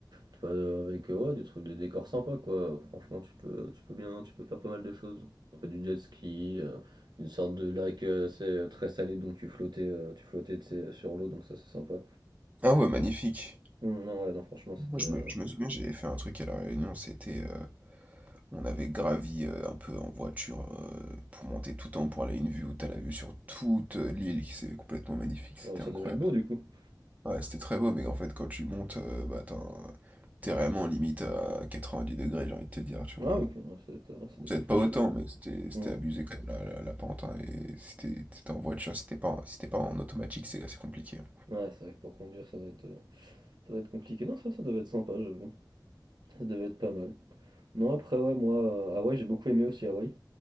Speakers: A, on the right; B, on the right.
A: tu peux, euh, avec euh, ouais, des trucs, des décors sympas quoi. Franchement, tu peux, tu peux bien, tu peux faire pas mal de choses. On fait du jet ski, euh, une sorte de lac, euh, c'est euh, très salé, donc tu flottais, euh, tu flottais, tu sais, sur l'eau, donc ça c'est sympa.
B: Ah ouais, magnifique.
A: Hum, Non, ouais, non, franchement, c'était,
B: Moi, je
A: euh,
B: me, je me souviens, j'avais fait un truc à La Réunion. C'était, euh, on avait gravi euh, un peu en voiture euh, pour monter tout en haut pour aller à une vue où t'as la vue sur toute euh, l'île qui c'est complètement magnifique. C'était
A: euh, ça
B: incroyable.
A: devait être beau du coup.
B: Ouais, c'était très beau, mais en fait, quand tu montes, euh, bah, t'as un- t'es vraiment limite à 90 degrés, j'ai envie de te dire, tu
A: Ah
B: vois.
A: ok, ouais, ça doit être, euh, ça doit être
B: Peut-être
A: quelque
B: pas
A: chose.
B: autant, mais c'était c'était
A: Mm.
B: abusé quand même la, la- la pente. hein, et c'était c'était en voiture, c'était pas, en- si pas en automatique, c'est assez compliqué. hein.
A: Ouais, c'est vrai que pour conduire, ça doit être, euh, ça doit être compliqué. Non, ça, ça devait être sympa, j'avoue. Ça devait être pas mal. Non, après, ouais, moi, euh, Hawaï, j'ai beaucoup aimé aussi Hawaï.